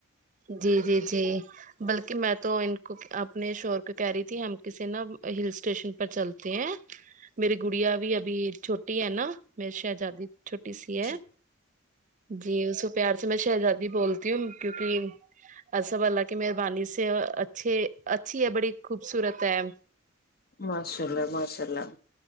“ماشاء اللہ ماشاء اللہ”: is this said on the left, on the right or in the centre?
Left